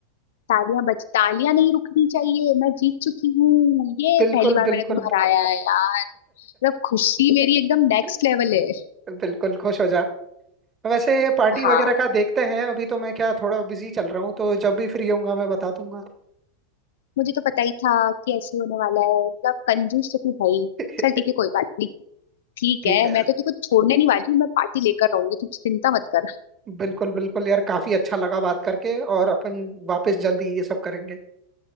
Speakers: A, on the left; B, on the right.
A: तालियां बज तालियां नहीं रुकनी चाहिए मैं जीत चुकी हूँ ये
B: बिल्कुल
A: पहली बार
B: बिल्कुल
A: मैंने तुम्हें हराया है यार मतलब खुशी मेरी एकदम नेक्स्ट
B: <laughs>
A: लेवल है
B: बिल्कुल खुश हो जा वैसे पार्टी
A: हाँ
B: वगैरह का देखते हैं अभी तो मैं क्या थोड़ा बिजी चल रहा हूँ तो जब भी फ्री होऊंगा मैं बता दूंगा
A: मुझे तो पता ही था कि ऐसे होने वाला है मतलब कंजूस तो तू है ही
B: <laughs> ठीक
A: चल ठीक है कोई बात नहीं ठीक
B: है
A: है
B: यार
A: मैं तो तुझको छोड़ने नहीं वाली मैं पार्टी लेकर रहूंगी तू चिंता मत कर
B: बिल्कुल बिल्कुल यार काफी अच्छा लगा बात करके और अपन वापस जल्दी ये सब करेंगे